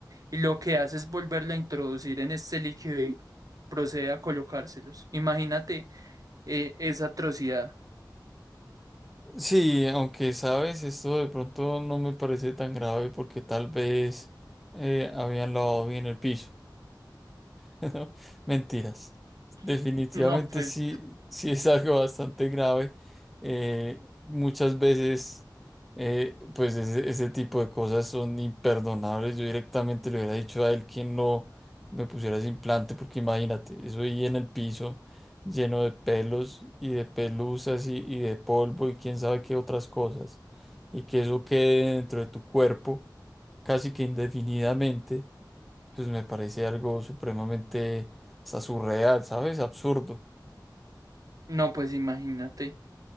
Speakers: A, on the right; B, in the centre.
A: y lo que hace es volverlo a introducir en este líquido y procede a colocárselos? Imagínate eh, esa atrocidad.
B: Sí, aunque sabes, esto de pronto no me parece tan grave porque tal vez eh, habían lavado bien el piso. <laughs> Mentiras. Definitivamente
A: <laughs> No, pues.
B: sí, sí es algo bastante grave. Eh, muchas veces, eh, pues ese, ese tipo de cosas son imperdonables. Yo directamente le hubiera dicho a él que no me pusiera ese implante, porque imagínate, eso ahí en el piso, lleno de pelos y de pelusas y, y de polvo y quién sabe qué otras cosas. Y que eso quede dentro de tu cuerpo casi que indefinidamente, pues me parece algo supremamente hasta surreal, ¿sabes? Absurdo.
A: No, pues imagínate,